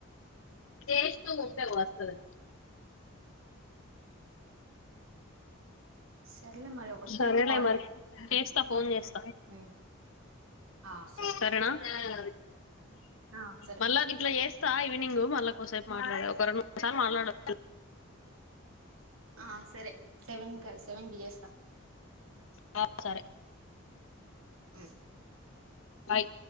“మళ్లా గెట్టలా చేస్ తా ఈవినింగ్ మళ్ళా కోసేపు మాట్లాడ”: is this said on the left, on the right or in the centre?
Left